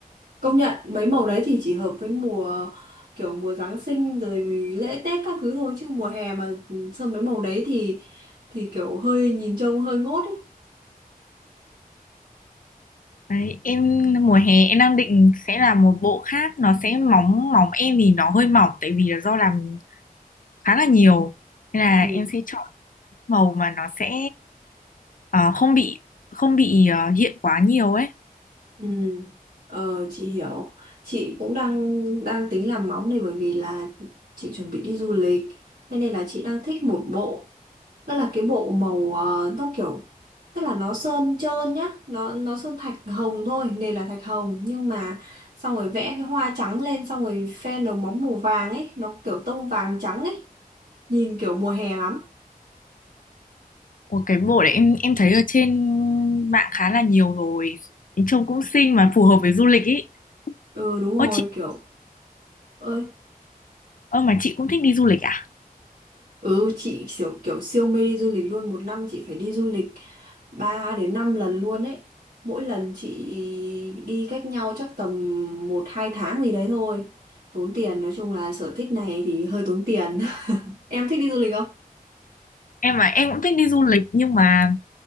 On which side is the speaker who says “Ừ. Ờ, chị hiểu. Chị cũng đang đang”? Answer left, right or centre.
Right